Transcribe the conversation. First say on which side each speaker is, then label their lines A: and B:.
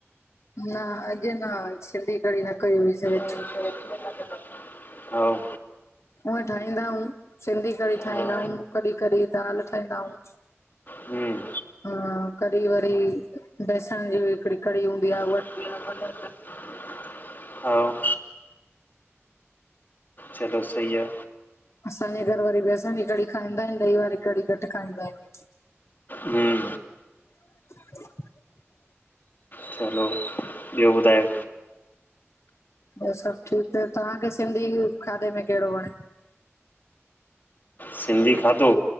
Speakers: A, on the left (about 75°); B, on the left (about 40°).
A: न अॼु न सिंधी कढ़ी न कयी हुयिसे।
B: <unintelligible> हाओ
A: हूंअ ठाहींदा ऊं सिंधी कढ़ी ठाहींदा
B: हा
A: हूं। कॾि कॾि दाल ठाहींदा ऊं।
B: हम्म
A: हा कॾि वरी बेसण जी हिकड़ी कड़ी हूंदी आ।
B: <unintelligible> हाओ चलो सई आ।
A: असांजे घर वरी बेसण जी कढ़ी खाईंदा इन ॾही वारी कढ़ी घटि खाईंदा इन।
B: हम।
A: <unintelligible>
B: चलो ॿियो ॿुधायो।
A: ॿियो सब ठीकु आ, तहांखे सिंधी खाधे में केड़ो वणे।
B: सिंधी खाधो